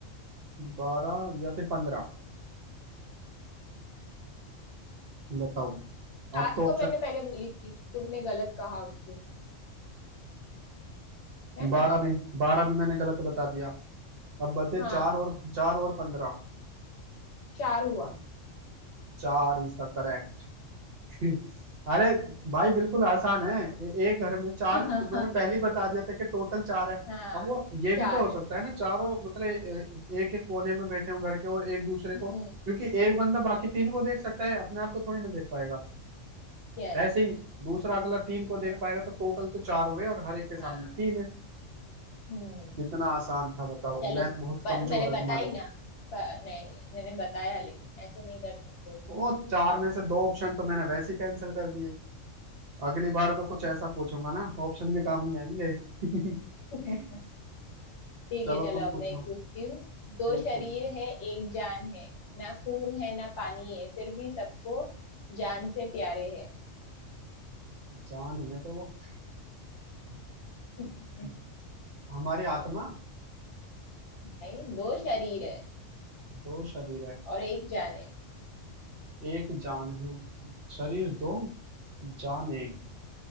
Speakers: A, on the right (about 60°); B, on the left (about 65°).
A: बारह या फिर पंद्रह बताओ
B: सात
A: अब तो
B: तो
A: ऑप्शन
B: मैंने पहले बोली थी तुमने गलत कहा उसको है ना
A: बारह भी बारह भी मैंने गलत बता दिया अब बते
B: हाँ
A: चार और चार और पंद्रह
B: चार हुआ
A: चार इज द करेक्ट <laughs> अरे भाई बिल्कुल आसान है ए, एक घर में चार
B: <laughs>
A: तो मैंने पहले ही बता दिया था कि टोटल चार है
B: हाँ
A: अब वो ये भी
B: चार
A: तो हो
B: है
A: सकता है ना चारों मतलब एक एक कोने में बैठे हो घर के और एक दूसरे
B: हम्म
A: को क्योंकि एक बंदा बाकी तीन को देख सकता है अपने आप को थोड़ी ना देख पाएगा
B: यस
A: ऐसे ही दूसरा अगला तीन को देख
B: हाँ
A: पाएगा तो टोटल तो चार हुए और हर एक के सामने
B: हाँ,
A: तीन है
B: हम्म
A: कितना आसान था बताओ
B: चलो
A: मैथ बहुत
B: पर
A: कमजोर
B: मैंने
A: है तुम्हारी
B: बताई ना पर नहीं नहीं मैंने बताया लेकिन ऐसे नहीं कर सकते
A: ओ चार में से दो ऑप्शन तो मैंने वैसे ही कैंसिल कर दिए अगली बार को कुछ ऐसा पूछूंगा ना ऑप्शन भी काम नहीं आएंगे
B: <laughs>
A: <laughs>
B: ठीक
A: चलो
B: है चलो
A: तुम
B: अब
A: पूछो
B: मैं एक पूछती हूँ दो
A: एक
B: शरीर
A: पूछो
B: है एक जान है ना खून है ना पानी है फिर भी सबको जान से प्यारे है
A: जान ही है तो वो
B: <laughs>
A: <laughs> हमारी आत्मा
B: नहीं दो शरीर है
A: दो शरीर है
B: और एक जान है
A: एक जान है शरीर दो जान एक